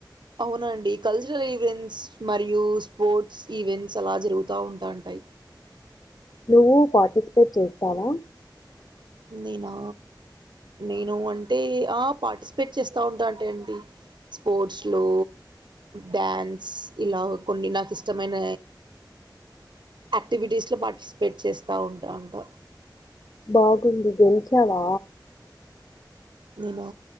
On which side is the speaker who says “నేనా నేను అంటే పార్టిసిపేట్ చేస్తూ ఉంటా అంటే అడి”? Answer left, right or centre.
Right